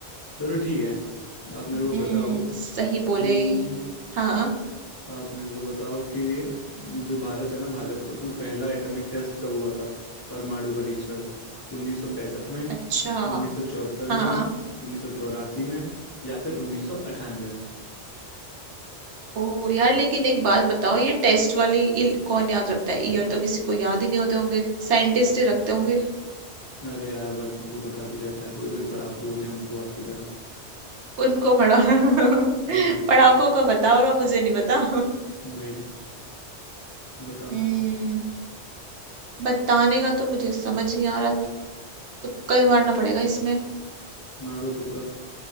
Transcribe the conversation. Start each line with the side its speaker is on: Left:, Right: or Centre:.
Left: चलो ठीक है आप मेरे
Right: हम्म
Left: को बताओ
Right: सही
Left: हम्म,
Right: बोले हाँ
Left: आप मेरे को बताओ कि जो भारत है ना भारत उसमें पहला एटॉमिक टेस्ट कब हुआ था परमाणु परीक्षण 1965 में
Right: अच्छा
Left: 1974
Right: हाँ
Left: में 1984 में या फिर 1998 में
Right: ओ यार लेकिन एक बात बताओ ये टेस्ट वाली ये कौन याद रखता है ईयर तो किसी को याद ही नहीं होते होंगे साइंटिस्ट ही रखते होंगे
Left: अरे यार बच्चों को पता भी रहता है कोई कोई पढ़ाकू होते हैं उनको आपकी तरह
Right: उनको पढ़ा <laughs>
Left: हम्म
Right: पढ़ाकों को पता होगा मुझे नहीं पता
Left: वही तो बताओ
Right: हम्म बताने का तो मुझे समझ नहीं आ रहा तुक्का ही मारना पड़ेगा इसमें
Left: मारो तुक्का